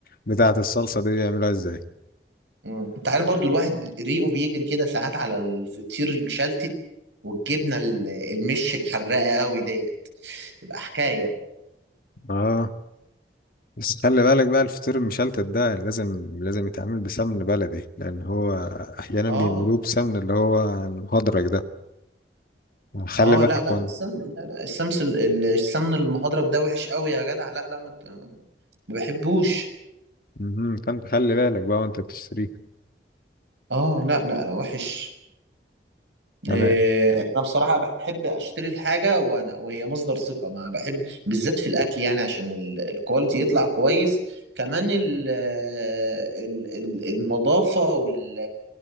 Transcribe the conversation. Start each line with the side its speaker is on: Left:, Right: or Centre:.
Left: بتاعت الصلصه دي بيعملوها ازاي
Right: مم. انت عارف برضو الواحد ريقه بيجري كده ساعات على الفطير المشلتت والجبنه ال- المش الحراقه قوي ديت تبقى حكايه
Left: اه بس خلي بالك بقى الفطير المشلتت ده لازم لازم يتعمل بسمن بلدي لان هو احيانا
Right: اه
Left: بيعملوه بسمن اللي هو المهدرج ده خلي
Right: اه
Left: بالك
Right: لا لا
Left: وان
Right: السمن لا لا السمس ال- ال- السمن المهدرج ده وحش قوي يا جدع لا لا ما ت- ما بحبوش
Left: مهم. فانت خلي بالك بقى وانت بتشتريه
Right: اه لا لا لا وحش
Left: تمام
Right: إيه انا بصراحة بحب اشتري الحاجة وانا وهي مصدر ثقة ما بحب بالذات في الاكل يعني عشان ال- الكواليتي يطلع كويس كمان ال ال ال النظافة وال